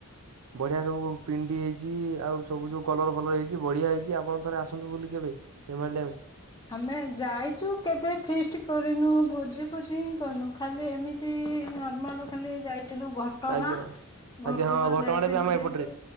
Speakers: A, on the right; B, on the left.
A: ବଢିଆ ସବୁ ପିଣ୍ଡି ହେଇଚି ଆଉ ସବୁ ସବୁ କଲର ଫଲର ହେଇଛି ବଢିଆ ହେଇଚି ଆପଣ ଥରେ ଆସ ଆସୁନ୍ତୁ ବୋଲି କେବେ ରେମାଲ୍ ଡ୍ୟାମ।
B: ଆମେ ଯାଇଛୁ କେବେ ଫିଷ୍ଟ କରିନୁ ଭୋଜି ଫୋଜି ହିଁ କରିନୁ ଖାଲି ଏମି ତି ନର୍ମାଲୁ ଖାଲି ଯାଇଥିଲୁ ଘଟ୍ ଘଟଗାଁ
A: ଆଜ୍ଞା ଆଜ୍ଞା
B: ଘଟଗାଁ
A: ହଁ
B: ଯାଇଥିଲୁ
A: ବି ଆମ
B: ଯେହେତୁ
A: ଏପଟରେ